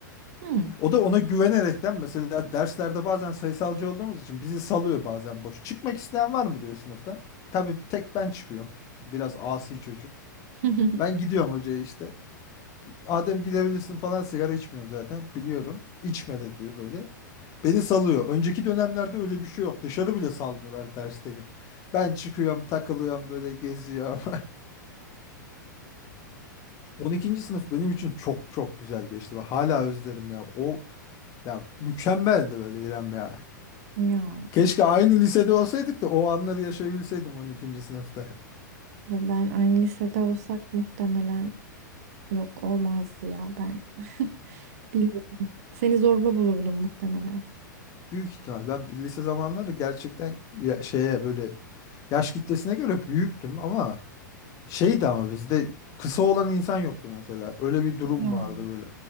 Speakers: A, on the right; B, on the left.
A: Hmm.
B: O da ona güvenerekten mesela derslerde bazen sayısalcı olduğumuz için bizi salıyor bazen boş. Çıkmak isteyen var mı diyor sınıftan. Tabii tek ben çıkıyorum. Biraz asi çocuk.
A: <laughs>
B: Ben gidiyorum hocaya işte. Adem gidebilirsin falan sigara içmiyorum zaten biliyorum. İçme de diyor böyle. Beni salıyor. Önceki dönemlerde öyle bir şey yok. Dışarı bile salmıyorlar dersteki. Ben çıkıyorum, takılıyorum, böyle geziyorum. <laughs> 12. sınıf benim için çok çok güzel geçti. Ve hala özlerim ya. O ya mükemmeldi böyle İrem ya.
A: Ya
B: Keşke
A: biz
B: aynı lisede olsaydık da o anları yaşayabilseydim 12. sınıfta.
A: ya ben aynı lisede olsak muhtemelen yok olmazdı ya ben. <laughs> Bilmiyorum. Seni zorba bulurdum muhtemelen.
B: Büyük ihtimal. Ben lise zamanları gerçekten ya- şeye böyle yaş kitlesine göre büyüktüm ama Şeydi ama bizde kısa olan insan yoktu mesela. Öyle bir durum
A: Ya
B: vardı böyle.